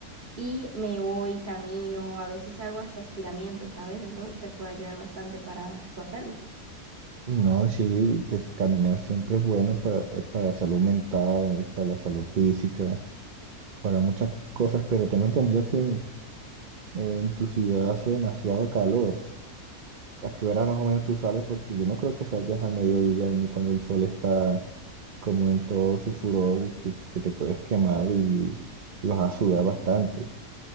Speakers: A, on the right; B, on the right.
A: y me voy, camino, a veces hago hasta estiramiento, ¿sabes? Eso te puede ayudar bastante para tú hacerlo.
B: No, sí, pues caminar siempre es bueno para, eh, para la salud mental, para la salud física, para muchas cosas, pero tengo entendido que en, en tu ciudad hace demasiado calor. ¿A qué hora más o menos tú sales? Porque yo no creo que salgas al mediodía ni cuando el sol está como en todo su furor y que, que te puedes quemar y, y vas a sudar bastante.